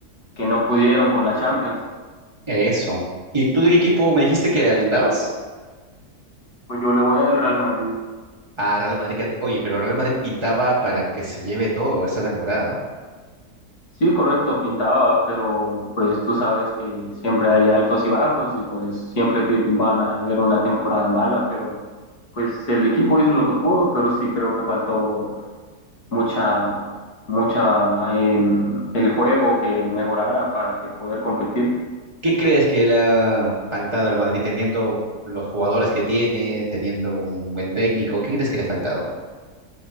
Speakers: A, on the left (about 75°); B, on the right (about 20°).
A: que no pudieron con la Champions.
B: Eso. ¿Y tú de qué equipo me dijiste que alentabas?
A: Pues yo le voy al Real Madrid.
B: Ah, Real Madrid, que- oye, pero Real Madrid pintaba para que se lleve todo esta temporada.
A: Sí, correcto, pintaba, pero pues tú sabes que siempre hay altos y bajos y pues siempre ti- van a haber una temporada mala, pero pues el equipo hizo lo que pudo, pero sí creo que faltó mucha, mucha en el juego que mejorara para que poder competir.
B: ¿Qué crees que le ha faltado al Madrid teniendo los jugadores que tiene, teniendo un buen técnico? ¿Qué crees que le ha faltado?